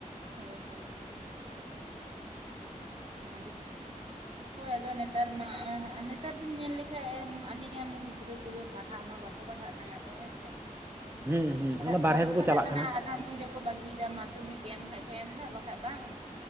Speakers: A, on the right; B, on the right.
A: ᱦ ᱦ <unintelligible> ᱦ ᱡ <unintelligible> ᱦᱳᱭ ᱟᱫᱚ ᱱᱮᱛᱟᱨᱢᱟ ᱱᱮᱛᱟᱨ ᱵᱤᱱ ᱧᱮᱞ ᱞᱮᱠᱟᱱᱡ ᱟᱹᱰᱤ ᱜᱟᱱ ᱜᱤᱫᱽᱨᱟᱹ ᱠᱚᱜᱮ ᱯᱟᱲᱦᱟᱜ ᱢᱟ ᱵᱟᱠᱚ ᱯᱟᱲᱦᱟᱜ ᱠᱟᱱᱟ ᱠᱚ ᱦᱮᱸᱥᱮ
B: ᱦᱩᱸ ᱦᱩᱸ
A: ᱯᱟᱲᱦᱟᱜ
B: ᱚᱱᱟ ᱵᱟᱨᱦᱮ
A: ᱵᱟᱝᱠᱚ
B: ᱠᱚᱠᱚ
A: ᱯᱟᱲᱦᱟᱜ
B: ᱪᱟᱞᱟᱜ
A: ᱠᱟᱱᱟ ᱟᱫᱷᱟᱱ ᱫᱤᱱ ᱨᱮᱠᱚ ᱵᱟᱹᱜᱤᱭᱮᱫᱟ ᱢᱟᱫᱽᱫᱷᱚᱢᱤᱠ ᱮᱢ ᱠᱷᱟᱱ ᱮᱢᱫᱟ ᱵᱟᱠᱷᱟ ᱵᱟᱝ